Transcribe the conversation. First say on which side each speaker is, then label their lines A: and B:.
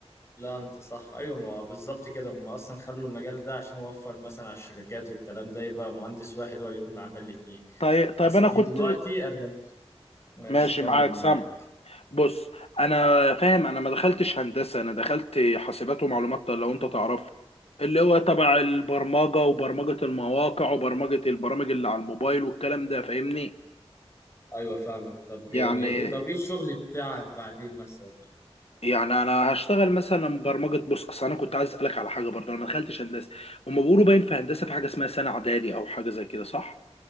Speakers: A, on the left; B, on the left.
A: لا انت صح ايوه ما هو بالظبط كده هم اصلا خلوا المجال ده عشان يوفر مثلا على الشركات والكلام ده يبقى مهندس واحد هو اللي يقوم بعمل الاتنين
B: طيب طيب
A: اصلي
B: انا كنت
A: دلوقتي اغلب ماشي
B: ماشي
A: كمل
B: معاك
A: معاك
B: سامع بص انا فاهم انا ما دخلتش هندسه انا دخلت حاسبات ومعلومات لو انت تعرف اللي هو تبع البرمجه وبرمجه المواقع وبرمجه البرامج اللي على الموبايل والكلام ده فاهمني
A: ايوه فاهمك طب يعني
B: يعني
A: ايه طب ايه الشغل بتاعك بعدين مثلا
B: يعني انا هشتغل مثلا برمجه بص اصل انا كنت عايز اسالك على حاجه برضه انا ما دخلتش هندسه هم بيقولوا باين في هندسه في حاجه اسمها سنه اعدادي او حاجه زي كده صح